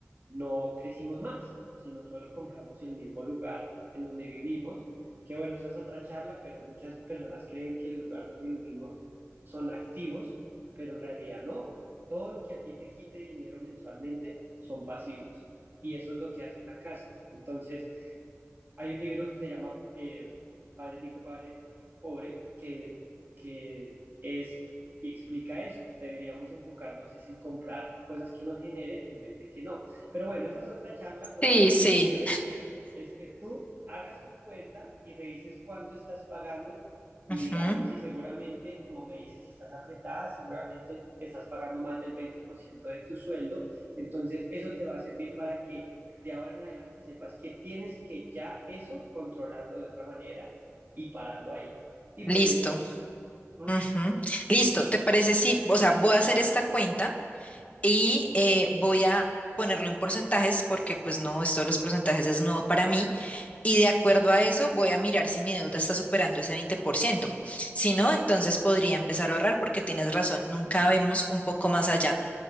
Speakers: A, on the right; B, on the left.
A: no crecimos más, sino solo compramos el mismo lugar en donde vivimos, que bueno, esa es otra charla, pero muchas personas creen que el lugar donde vivimos son activos, pero en realidad no. Todo lo que a ti te quite dinero mensualmente son pasivos y eso es lo que hace una casa. Entonces, hay un libro que se llama eh, Padre Rico, Padre Pobre, que, que es y explica eso. Deberíamos enfocarnos es en comprar cosas que nos generen en vez de que no. Pero bueno, esa es otra charla. Por
B: Sí,
A: ahora lo
B: sí.
A: que te quiero decir es que tú hagas tu cuenta y revises cuánto estás pagando y
B: Ujú,
A: digamos si seguramente, como me dices, si estás apretada, seguramente estás pagando más del 20% de tu sueldo. Entonces eso te va a servir para que de ahora en adelante sepas que tienes que ya eso controlarlo de otra manera y pararlo ahí. Y
B: Listo.
A: puedes mirar. Ujú.
B: ujú. Listo. ¿Te parece sí? o sea, voy a hacer esta cuenta y eh, voy a ponerlo en porcentajes porque pues no, esto de los porcentajes es nuevo para mí y de acuerdo a eso voy a mirar si mi deuda está superando ese veinte por ciento Si no, entonces podría empezar a ahorrar porque tienes razón, nunca vemos un poco más allá